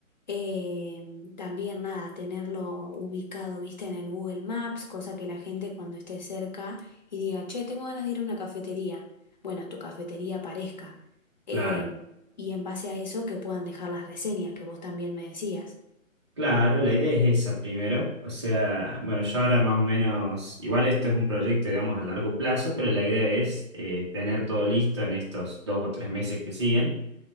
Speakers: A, on the left (about 35°); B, on the right (about 20°).
A: Eh, también nada, tenerlo ubicado, viste, en el Google Maps, cosa que la gente cuando esté cerca y diga, che, tengo ganas de ir a una cafetería. Bueno, tu cafetería aparezca. Eh,
B: claro.
A: y en base a eso que puedan dejar las reseñas que vos también me decías.
B: Claro, la idea es esa primero. O sea, bueno, yo ahora más o menos, igual esto es un proyecto, digamos, a largo plazo, pero la idea es eh, tener todo listo en estos dos o tres meses que siguen